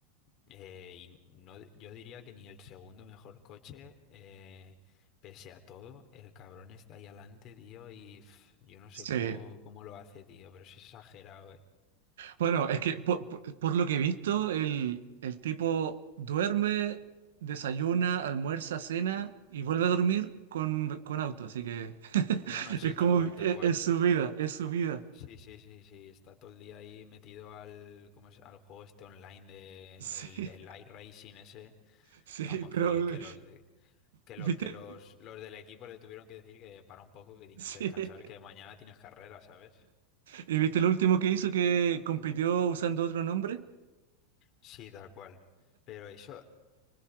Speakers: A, on the left (about 45°); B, on the right (about 80°).
A: eh, y no, yo diría que ni el segundo mejor coche, eh, pese a todo, el cabrón está ahí adelante, tío, y pf, yo no sé
B: sí.
A: cómo, cómo lo hace, tío, pero es exagerado, eh.
B: Bueno, es que po- po- por, lo que he visto, el, el tipo duerme, desayuna, almuerza, cena y vuelve a dormir con, con auto, así que <laughs>
A: No, no, sí,
B: es como,
A: tal cual,
B: es
A: tal cual.
B: es su vida, es su vida.
A: Sí, sí, sí, sí, está todo el día ahí metido al, ¿cómo es? al juego este online de
B: Sí,
A: el, el iRacing ese.
B: <laughs> sí,
A: Vamos,
B: pero,
A: que, le- que los de- que
B: ¿viste?
A: lo, que los, los del equipo le tuvieron que decir que para un poco, que tienes
B: Sí.
A: que descansar, que mañana tienes carrera, ¿sabes?
B: ¿Y viste lo último que hizo que compitió usando otro nombre?
A: Sí, tal cual. Pero eso,